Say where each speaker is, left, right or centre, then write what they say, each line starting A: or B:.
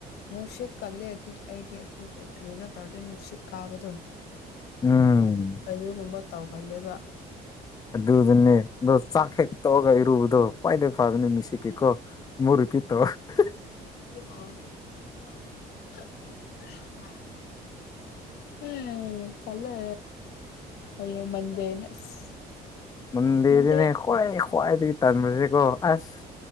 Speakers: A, on the left; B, on the left.
A: ꯅꯨꯡꯁꯤꯠ ꯀꯜꯂꯦ ꯑꯗꯨꯗꯤ ꯑꯩꯗꯤ ꯑꯗꯨ ꯀꯔꯤꯅꯣ ꯇꯧꯔꯗꯤ ꯅꯨꯡꯁꯤꯠ ꯀꯥꯕꯗꯣ꯫
B: ꯎꯝ
A: ꯑꯗꯨꯒꯨꯝꯕ ꯇꯧꯒꯜꯂꯦꯕ꯫
B: ꯑꯗꯨꯗꯅꯦ ꯑꯗꯣ ꯆꯥꯛ ꯍꯦꯛ ꯇꯣꯛꯔꯒ ꯏꯔꯨꯕꯗꯣ ꯈ꯭ꯋꯥꯏꯗꯩ ꯐꯕꯅꯦ ꯃꯤꯁꯤꯛꯀꯤꯀꯣ꯫ <unintelligible>
A: <unintelligible> ꯎꯝ ꯇꯜꯂꯦ꯫ ꯍꯌꯦꯡ ꯃꯟꯗꯦꯅꯦ ꯑꯁ
B: ꯃꯟꯗꯦꯅꯤꯅꯦ
A: ꯃꯟꯗꯦ
B: ꯈ꯭ꯋꯥꯏ ꯈ꯭ꯋꯥꯏꯗꯒꯤ ꯇꯟꯕꯁꯦꯀꯣ ꯑꯁ